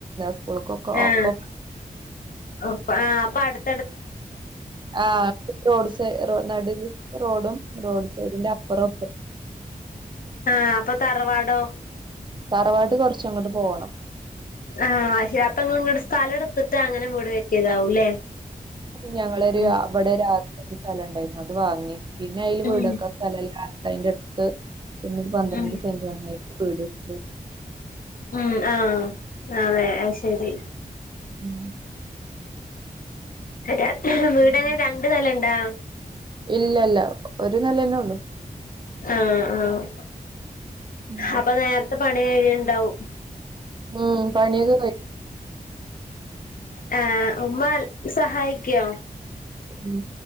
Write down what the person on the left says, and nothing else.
ആഹ്
അപ്പ ആ അപ്പൊ അടുത്ത്
ആഹ് അപ്പൊ തറവാടോ
ആഹ് അപ്പ നിങ്ങള് സ്ഥലം എടുത്തിട്ട് അങ്ങനെ കെട്ടിയതാവൂല്ലേ
ഉം
ഉം
ഉം
ഉം ആഹ് അതെ ശരി
വീട്ങ്ങനെ
രണ്ടു നെലണ്ടാ
ആഹ് ആഹ്
അപ്പൊ നേരത്തെ പണി എഴുണ്ടാവും
ആഹ് ഉമ്മ സഹായിക്കോ